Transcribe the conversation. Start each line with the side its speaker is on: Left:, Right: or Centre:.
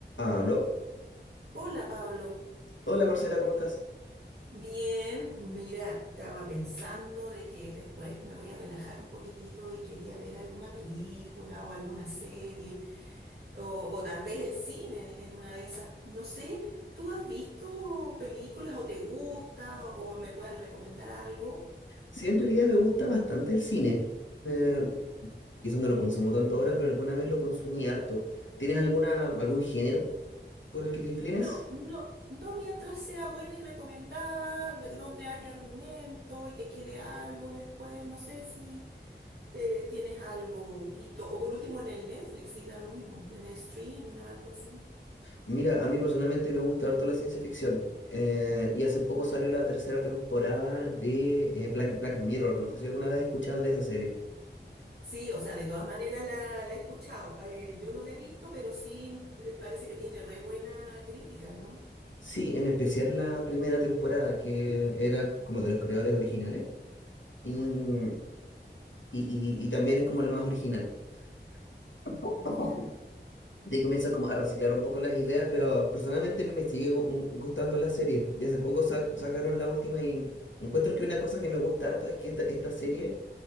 Left: Aló,
Right: Hola Pablo,
Left: hola Marcela, ¿cómo estás?
Right: bien, mira, estaba pensando de que después me voy a relajar un poquitito y quería ver alguna película o alguna serie o, o tal vez el cine en una de esas. No sé, ¿tú has visto películas o te gusta o me puedas recomendar algo?
Left: Sí, en realidad me gusta bastante el cine. Eh, quizás no lo consumo tanto ahora, pero alguna vez lo consumí harto. ¿Tienes alguna, algún género por el que te inclines?
Right: No, no, no mientras sea buena y recomendada, de- donde haya argumento y te quede algo después, no sé si... Eh, ¿tienes algo visto? O por último en el Netflix, sí, da lo mismo, en el streaming o algo así.
Left: Mira, a mí personalmente me gusta harto la ciencia ficción. Eh, y hace poco salió la tercera temporada de eh, Black, Black Mirror. No sé si alguna vez has escuchado de esa serie.
Right: Sí, o sea, de todas maneras la, la he escuchado. Eh, yo no la he visto, pero sí eh, parece que tiene re buena crítica, ¿no?
Left: Sí, en especial la primera temporada, que era como de los creadores originales. Y, y,
Right: Ujú.
Left: y y también es como la más original. <laughs>
Right: Ya.
Left: De ahí comienzan como a reciclar un poco las ideas, pero personalmente a mí me sigue gu- gu- gustando la serie. Y hace poco sac- sacaron la última y encuentro que una cosa que me gusta harto es que esta, esta serie